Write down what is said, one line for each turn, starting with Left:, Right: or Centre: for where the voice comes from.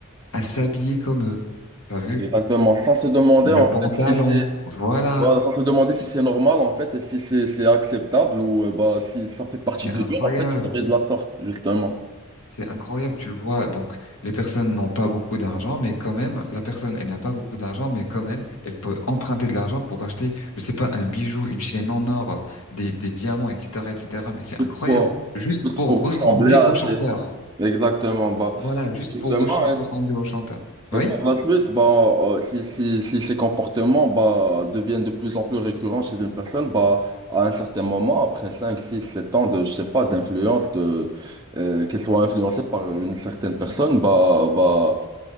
Left: à s'habiller comme eux. T'as vu?
Right: Exactement, sans se demander
Left: Le
Right: en
Left: pantalon,
Right: fait si c'est,
Left: voilà,
Right: voilà, sans se demander si c'est normal en fait et si c'est c'est acceptable ou euh, bah si ça fait partie
Left: c'est incroyable.
Right: de lui en fait de s'habiller de la sorte, justement.
Left: C'est incroyable, tu le vois. Donc, les personnes n'ont pas beaucoup d'argent, mais quand même, la personne, elle n'a pas beaucoup d'argent, mais quand même, elle peut emprunter de l'argent pour acheter, je sais pas, un bijou, une chaîne en or, euh, des, des diamants, etc., etc. Mais c'est
Right: Tout
Left: incroyable.
Right: pour,
Left: Juste
Right: tout
Left: pour
Right: pour
Left: ressembler
Right: ressembler à
Left: au chanteur.
Right: ses- Exactement, bah,
Left: Voilà, juste
Right: justement,
Left: pour rechan-
Right: ouais.
Left: ressembler au chanteur. Oui?
Right: Et par la suite, bah, euh, si, si, si ces comportements bah, deviennent de plus en plus récurrents chez une personne, bah, à un certain moment, après 5 6 7 ans de, je sais pas, d'influence, de, euh, qu'elle soit influencée par une certaine personne, bah, bah,